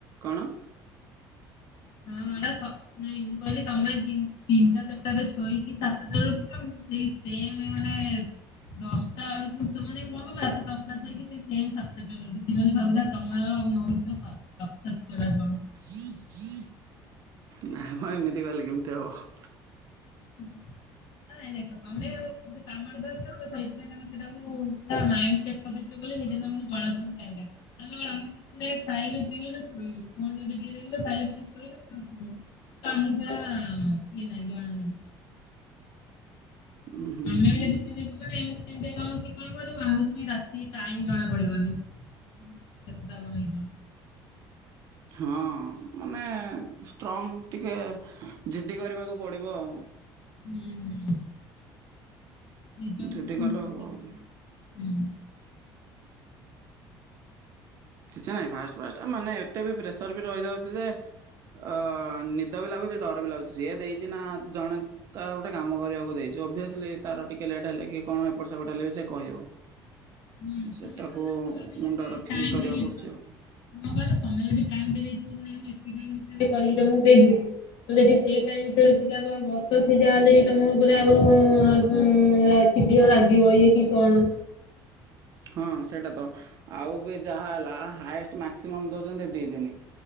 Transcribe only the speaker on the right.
କଣ?
ହୁଁ ହୁଁ ନାଇଁ ମ ଏମିତି କହିଲେ କେମିତି ହବ?
ଉଁ ହୁଁ।
ହଁ ମାନେ ଷ୍ଟ୍ରଙ୍ଗ ଟିକେ ଜିଦ୍ଦି କରିବାକୁ ପଡ଼ିବ ଆଉ।
ଜିଦ୍ଦି
କଲେ
ହବ। କିଛି ନାହିଁ ଫାଷ୍ଟ୍ ଫାଷ୍ଟ୍ ମାନେ ଏତେ ବି ପ୍ରେସର୍ ବି ରହିଯାଉଚି ଯେ ଅ ନିଦ ବି ଲାଗୁଚି ଡର ବି ଲାଗୁଚି ସିଏ ଦେଇଚି ନାଁ ଜଣେ ତାର ଗୋଟେ କାମ କରିବାକୁ ଦେଇଚି। ଯେ ଅଭିଅସ୍ଲି ତାର ଟିକିଏ ଲେଟ୍ ହେଲେ କି କଣ ଏପଟ ସେପଟେ ହେଲେ ବି ସିଏ କହିବ।
ସେଟାକୁ
ମୁଣ୍ଡ ରଖିକି
କରିବାକୁ
ପଡୁଛି ଆଉ।
ହଁ ସେଇଟା ତ ଆଉ ବି ଯାହା ହେଲା ହାଏଷ୍ଟ୍ ମାକ୍ସିମମ୍ ଦୋଉଚନ୍ତି ଦି ଦିନି।